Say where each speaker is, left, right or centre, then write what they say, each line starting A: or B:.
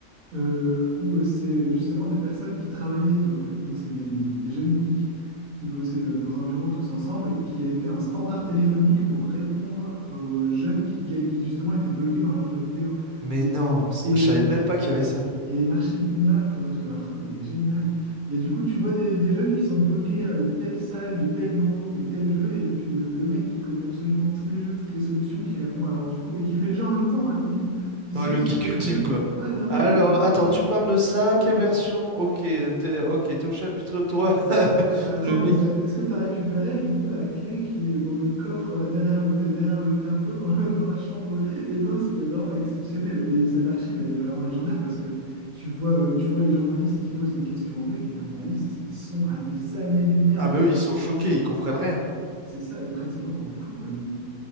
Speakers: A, on the right (about 75°); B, on the right (about 40°).
A: euh, où euh, c'est euh, justement des personnes qui travaillaient, donc euh, donc c'est des, des- des jeunes geeks qui bossaient de- dans un bureau tous ensemble et qui a été un standard téléphonique pour répondre aux jeunes qui, ga- qui justement étaient bloqués dans leurs jeux vidéo.
B: Mais non, c-
A: Et,
B: je savais même pas qu'il y avait ça.
A: Il y a une archive INA, il faudrait que je te la retrouve, elle est géniale. Et du coup, tu vois des, des jeunes qui sont bloqués à euh, telle salle, de tel donjon, de tel jeu, et puis le, le mec qui connaît absolument tous les jeux, toutes les solutions, qui répond alors du coup, et qui fait le jeu en même temps, à limite, qui
B: Ouais,
A: se
B: le
A: met sur
B: geek
A: le
B: ultime,
A: jeu.
B: quoi.
A: Ouais, vraiment,
B: Alors,
A: le- exactement.
B: attends, tu parles de ça, quelle version? Ok, t'es, ok, t'es au chapitre 3. <laughs>
A: Bah attends,
B: Le
A: mais
B: mec.
A: ça- est-ce que tu as récupéré du coup la clé qui est dans le coffre euh, derrière le, derrière le tableau dans, le- <laughs> dans la chambre? Et non, c'était vraiment exceptionnel. Et cette archive, elle est vraiment légendaire parce que tu vois, euh, tu vois les journalistes qui posent des questions aux mecs. Les journalistes, ils sont à des années-lumière
B: Ah
A: de...
B: bah oui, ils sont choqués,
A: <laughs>
B: ils comprennent rien.
A: C'est ça, ils prennent ces gens pour des fous, quoi, limite.